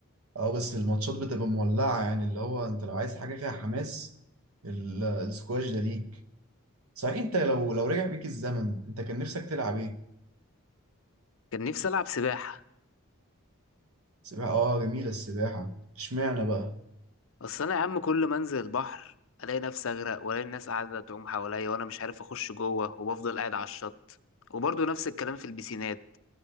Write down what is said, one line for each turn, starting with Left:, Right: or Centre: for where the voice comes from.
Right: اه بس الماتشات بتبقى مولعة يعني اللي هو انت لو عايز حاجة فيها حماس ال- السكواش ده ليك صحيح انت لو لو رجع بيك الزمن انت كان نفسك تلعب ايه
Left: كان نفسي العب سباحة
Right: سباحة اه جميلة السباحة اشمعنى بقى
Left: اصل انا يا عم كل ما انزل البحر الاقي نفسي اغرق والاقي الناس قاعده تعوم حواليا وانا مش عارف اخش جوه وبفضل قاعد على الشط وبرضه نفس الكلام في البسينات